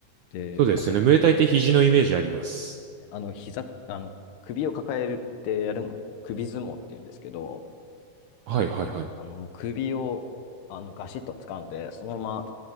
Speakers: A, on the left (about 80°); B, on the right (about 75°).
A: で、
B: そうですね。
A: まあ、それ、
B: ムエタイって肘のイメージあります。
A: はいあの、膝、あの、首を抱えるってやるの、首相撲って言うんですけど、
B: はいはいはい。
A: あの、もう首を、あの、ガシッと掴んで、そのまま